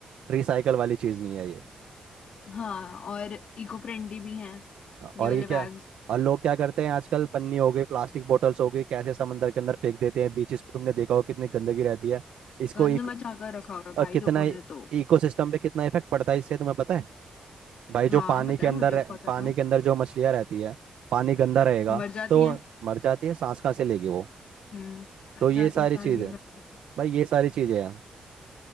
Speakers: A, on the right; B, on the left.
A: रिसाइकल वाली चीज नहीं है ये
B: हाँ और इको फ्रेंडली भी हैं ये
A: और
B: वाले
A: ये क्या
B: बैग्स
A: और लोग क्या करते हैं आजकल पन्नी हो गई प्लास्टिक बोटल्स हो गई कैसे समंदर के अंदर फेंक देते हैं बीचेस पे तुमने देखा हो कितनी गंदगी रहती है इसको
B: गंद
A: एक,
B: मचा कर रखा हुआ है
A: और
B: भाई
A: कितना
B: लोगों ने तो
A: इकोसिस्टम पे कितना इफेक्ट पड़ता है इससे तुम्हें पता है भाई जो
B: हाँ
A: पानी
B: पता
A: के
B: है
A: अंदर
B: मुझे
A: रह-
B: पता
A: पानी
B: था
A: के अंदर जो मछलियाँ रहती है पानी गंदा रहेगा
B: मर जाती
A: तो
B: है
A: मर जाती है सांस कहाँ से लेगी वो
B: हम्म मर
A: तो ये
B: जाती
A: सारी
B: है सारी
A: चीज़
B: भी
A: है
B: मर जाती है
A: भाई ये सारी चीज़ें हैं